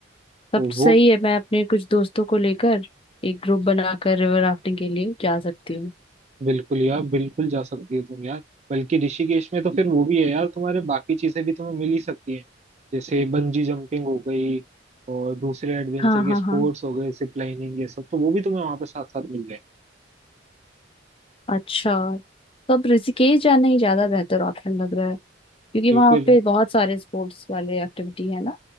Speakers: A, on the left; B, on the right.
A: तब
B: तो
A: तो
B: वो
A: सही है मैं अपने कुछ दोस्तों को लेकर एक ग्रुप बनाकर रिवर राफ्टिंग के लिए जा सकती हूँ
B: बिल्कुल यार बिल्कुल जा सकती है तुम यार बल्कि ऋषिकेश में तो फिर वो भी है यार तुम्हारे बाकी चीजें भी तुम्हें मिल ही सकती हैं जैसे बंजी जंपिंग हो गई और दूसरे एडवेंचर
A: हाँ
B: के
A: हाँ
B: स्पोर्ट्स
A: हाँ
B: हो गए जिप लाइनिंग ये सब तो वो भी तुम्हें वहां पे साथ साथ मिल जाए
A: अच्छा तब ऋषिकेश जाना ही ज्यादा बेहतर ऑप्शन लग रहा है क्योंकि
B: बिल्कुल
A: वहाँ पे बहुत सारे स्पोर्ट्स वाले एक्टिविटी है ना